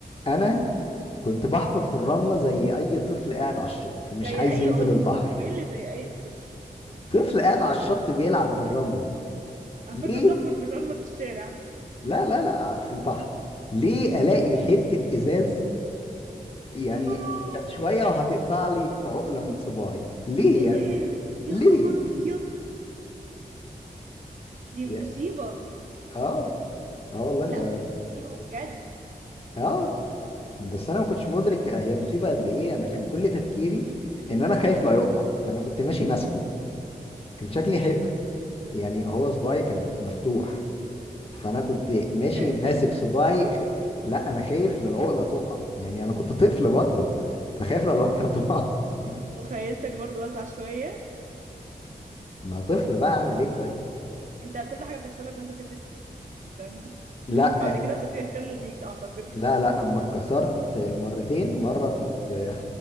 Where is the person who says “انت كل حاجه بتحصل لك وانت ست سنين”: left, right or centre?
Right